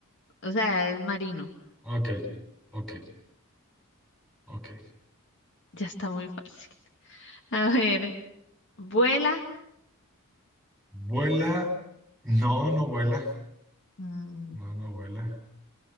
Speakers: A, on the left; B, in the centre.
A: O sea, es marino.
B: Ok, ok, ok.
A: Ya está muy fácil. A ver, vuela.
B: ¿Vuela? No, no vuela.
A: Mm,
B: No, no vuela.